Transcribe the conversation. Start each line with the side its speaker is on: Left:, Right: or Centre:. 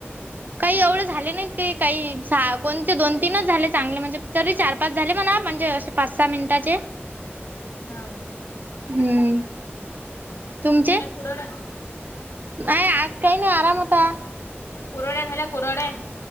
Right: काही
Left: हम्म.
Right: एवढे झाले नाही ते काही सहा कोणते दोन तीनच झाले चांगले म्हणजे तरी चार पाच झाले म्हणा म्हणजे अशे पाच सहा मिनिटाचे.
Left: हाव का
Right: हम्म, तुमचे?
Left: <unintelligible>
Right: नाही आज काही नाही आराम होता.
Left: कुरड्या झाल्या, कुरड्या?